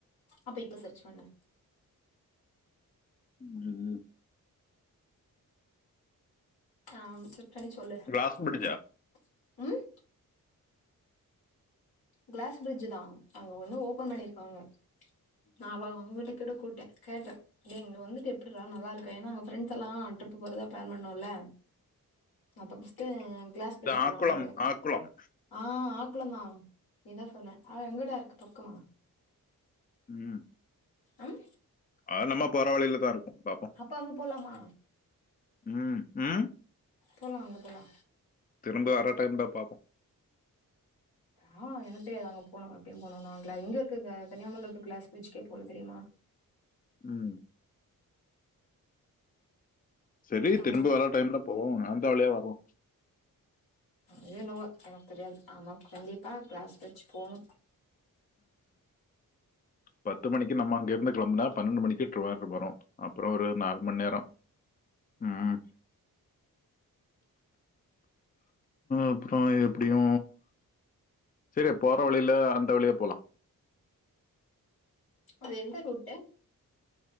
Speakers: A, on the left (about 80°); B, on the left (about 25°).
A: அப்ப இப்ப சர்ச் பண்ணு
B: ம்
A: ஆ அனுப் ச்சுடச் சொல்லு
B: கிளாஸ் பிரிட்ஜா?
A: ம் ம் கிளாஸ் பிரிட்ஜ் தா அங்க ஒண்ணு ஓபன் பண்ணிருக்காங்க நா அவ அவங்ககிட்ட கூட கூட்டே கேட்டே டேய் இங்க வந்துட் எப்பட்றா நல்லாருக்கா ஏனா அங்க ஃபிரண்ட்ஸ் எல்லா ட்ரிப் போறதா பிளான் பண்ணோல்ல அப்ப ஃபஸ்ட்டு அ கிளாஸ் பிரிட்ஜ்
B: இது
A: போலான்
B: ஆக்குளம்,
A: ஒரு
B: ஆக்குளம்.
A: ஆ ஆக் குளந்தா நீதா சொன்ன ஆ எங்கடா இருக்கு பக்கமா
B: ம்
A: ம்
B: அ நம்ம போற வழிலதா இருக்கும் பாப்போம்.
A: அப்ப அங்க போலாமா
B: ம். ம்
A: போலா அங்க போலா
B: இங்க வர்ற டைம்ல பாப்போ
A: ஆ எனக்கு தெரியாது அங்க போணு எப்டியு போணு நா கிளா இங்க இருக்க கன்னியாகுமரில இருக்க கிளாஸ் பிரிட்ஜ்க்கே போல தெரிமா?
B: ம் செரி
A: ஆமா.
B: திரும்ப வர்ற டைம்ல போவோ ஆ இந்த வழியா வருவோ
A: எது என்னவோ எனக்கு தெரியாது ஆனா கண்டிப்பா கிளாஸ் பிரிட்ஜ் போணு
B: பத்து மணிக்கு நம்ம அங்க இருந்து கிளம்னா பன்னெண்டு மணிக்கு ட்ருவேன்றம் போறோ அப்புற ஒரு நால் மண் நேரோ ம் அப்புற எப்டியு செரி போற வழில அந்த வழியா போலா
A: அது எந்த ரூட்டு